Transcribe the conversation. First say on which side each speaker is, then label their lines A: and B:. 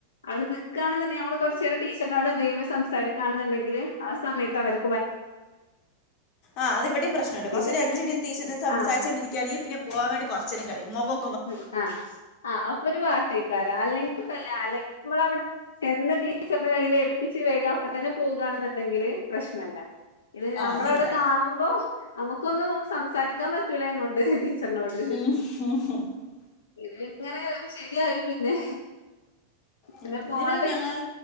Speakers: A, on the left; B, on the left.
A: അവിടുന്ന് ക്കാണ്ന്ന്ട്ടെ ഞമ്മള് കൊറച്ചേരം ടീച്ചറിനോട് എന്തേങ്കിലും സംസാരിക്കാണ്ന്നുണ്ടെങ്കില് ആ സമയത്ത് അവരെ
B: ആഹ് അത് ഇവെടിം പ്രശ്നണ്ട്
A: പിന്നെ
B: കൊറച്ചേരം
A: പിന്നെ
B: അഞ്ച് മിനിറ്റ് ടീച്ചറ്നെ സംസാരിച്ചോ
A: ആഹ്
B: ണ്ടിരിക്കാണെ പിന്നെ പോവാം വേണ്ടി കൊറച്ചേരം കഴിയും മൊഖൊ
A: ഉം ആഹ് ആഹ് അപ്പൊ ഒരു വാട്ടയ്ക്കാരം അല്ലെങ്കിപ്പല്ലാ അല്ലെങ്കി ഇമ്മളവിടെ ചെന്ന് ടീച്ചറ്ന്റെ കയ്യിൽ ഏൽപ്പിച്ച് വേഗം അപ്പ തന്നെ പോകാണ്ന്നുണ്ടെങ്കില് പ്രശ്നല്ല ഇത് ഞമ്മളെ
B: ആ അതില്ല
A: അവിടെ കാണുമ്പോ നമുക്കൊന്നും സംസാരിക്കാൻ പ റ്റൂല അയിനെ കൊണ്ട് ടീച്ചർനോട്‌
B: <unintelligible>
A: ഇത് പിന് ഇങ്ങനെ ശെരിയായി പിന്നെ പിന്നെ
B: <unintelligible>
A: പോണതൊക്കെ
B: ഞങ്ങൾ